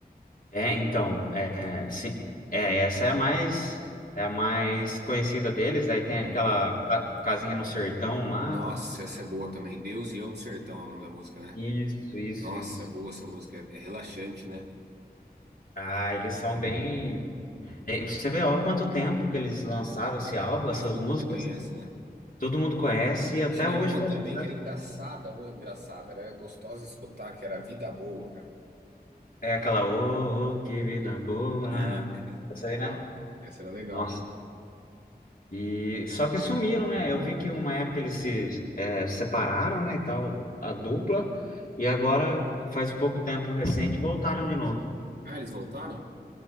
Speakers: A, on the left (about 60°); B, on the right (about 80°).
A: é, então, é, sim, é, essa é a mais, é a mais conhecida deles. Daí tem
B: Hum.
A: aquela ca- casinha no sertão lá.
B: Nossa, essa é boa também. Deus e Eu no Sertão é o nome da música, né?
A: Isso, isso,
B: Nossa,
A: isso.
B: é boa essa música. É, é relaxante, né?
A: Ah, eles são bem. É, e Você vê, ó, há quanto tempo que eles lançaram esse álbum,
B: E
A: essas
B: todo
A: músicas,
B: mundo conhece, né?
A: todo mundo conhece e até
B: Tinha
A: hoje
B: uma
A: faz
B: também
A: sucesso.
B: que era engraçada, ou engraçada, era gostosa de escutar, que era Vida Boa, cara.
A: É aquela, ô, ô, que vida boa.
B: É.
A: Essa
B: Legal,
A: aí, né?
B: né? Essa era legal,
A: Nossa.
B: né?
A: E só que sumiram, né? Eu vi que uma época eles se é, separaram, né, e tal, a dupla, e agora, faz pouco tempo recente, voltaram de novo.
B: Ah, eles voltaram?